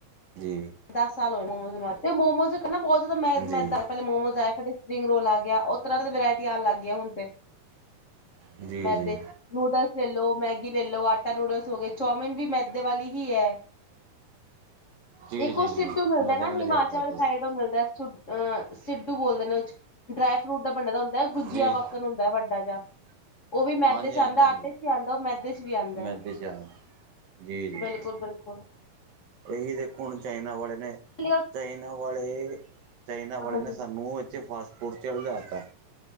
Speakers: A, on the right; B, on the left.
A: ਜੀ।
B: ਦਸ ਸਾਲ ਹੋਏ ਮੋਮੋ ਤੇ, ਮੋਮੋਜ਼ਹ ਨਾ ਬਹੁਤ ਜ਼ਿਆਦਾ ਮੈ-
A: ਜੀ
B: ਮੈਂ ਪਹਿਲੇ ਮੋਮੋਜ਼ ਆਏਆ। ਸਿੰਗ ਰੋਲ ਆ ਗਿਆ, ਉਹ ਤਰ੍ਹਾਂ ਦੀ ਵਰਾਇਟੀ ਆਉਣ ਲੱਗ ਗਈ ਹੁਣ ਤੇ,
A: ਜੀ ਜੀ
B: ਮੈਦੇ ਚ। ਨੂਡਲਸ ਲੈ ਲਓ, ਮੈਗੀ ਲੈ ਲਓ, ਆਟਾ ਨੂਡਲਸ ਹੋ ਗਏ, ਚੌਮਿਨ ਵੀ ਮੈਦੇ ਵਾਲੀ ਹੀ ਹੈ।
A: ਜੀ
B: ਇੱਕ
A: ਜੀ
B: ਉਹ ਸਿੱਧੂ
A: ਜੀ
B: ਮਿਲਦਾ
A: ਮੈਦੇ
B: ਨਾ,
A: ਨਾਲ
B: ਹਿਮਾਚਲ
A: ਹੀ ਤਿਆਰ ਕਰਦੇ
B: ਵਾਲੀ ਸਾਈਡ
A: ਆ
B: ਤੋਂ ਮਿਲਦਾ, ਅਹ ਸਿੱਧੂ ਬੋਲਦੇ ਨੇ। ਡਰਾਈ ਫਰੂਟ ਦਾ ਬਣੇ ਦਾ ਹੁੰਦਾ, ਗੁੰਜੀਆ
A: ਜੀ
B: ਵਾਕਣ ਹੁੰਦਾ ਹੈ ਵੱਡਾ ਜਿਹਾ। ਉਹ ਵੀ ਮੈਦੇ
A: ਹਾਂਜੀ
B: ਚ ਆਉਂਦਾ
A: -ਹਾਂਜੀ -ਹਾਂਜੀ
B: ਆਟੇ ਚ ਵੀ ਆਉਂਦਾ ਉਹ ਮੈਦੇ ਚ ਵੀ ਆਉਂਦਾ
A: ਮੈਦੇ ਚ। ਜੀ -ਜੀ
B: ਬਿਲਕੁਲ
A: -ਜੀ
B: ਬਿਲਕੁਲ
A: ਇਹੀ ਦੇਖੋ ਹੁਣ ਚਾਈਨਾ ਵਾਲੇ ਨੇ,
B: ਪਹਿਲੀ ਗੱਲ
A: ਚਾਈਨਾ ਵਾਲੇ, ਚਾਈਨਾ ਵਾਲੇ
B: ਹਾਂਜੀ
A: ਨੇ ਸਾਨੂੰ ਇੱਥੇ ਫਾਸਟ ਖੁਰਚਲੇ ਜਾਤਾ।